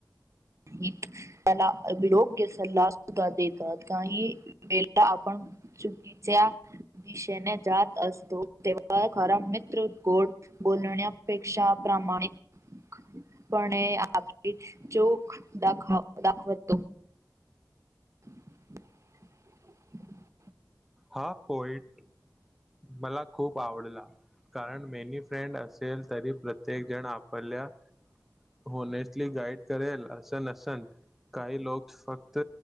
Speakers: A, on the right; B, in the centre.
A: <unintelligible> त्याला योग्य सल्ला सुद्धा देतात, काही वेळा आपण चुकीच्या दिशेने जात असतो, तेव्हा खरा मित्र कों? बोलण्यापेक्षा प्रामाणिकपणे, आपली जो दाखव-दाखवतो. <unintelligible>
B: हा पॉइट मला खूप आवडला. कारण मेनी फ्रेंड असेल तरी प्रत्येक जण आपल्या होनेस्टली गाईड करेल असं नसन. काही लोक फक्त